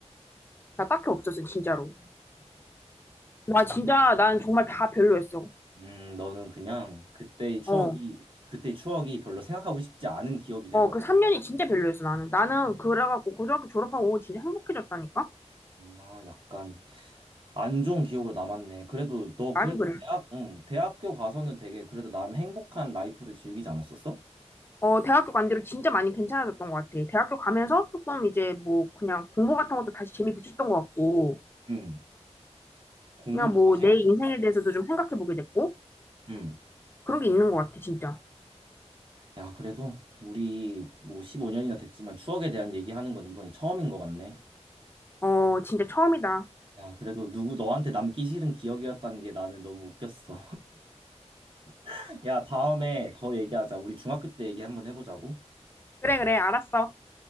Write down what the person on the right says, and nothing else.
음, 너는 그냥 그때의 추억이,
그때의 추억이 별로 생각하고 싶지 않은 기억이 돼버렸어.
아, 약간. 안 좋은 기억으로 남았네. 그래도 너
그래도
대학, 응, 대학교 가서는 되게 그래도 남 행복한 라이프를 즐기지 않았었어?
응. 공부도
다시
했
응.
야, 그래도 우리 뭐 15년이나 됐지만 추억에 대한 얘기하는 건 이번이 처음인 것 같네.
야, 그래도 누구 너한테 남기 싫은 기억이었다는 게 나는 너무 웃겼어. <laughs> 야, 다음에 더 얘기하자. 우리 중학교 때 얘기 한번 해보자고.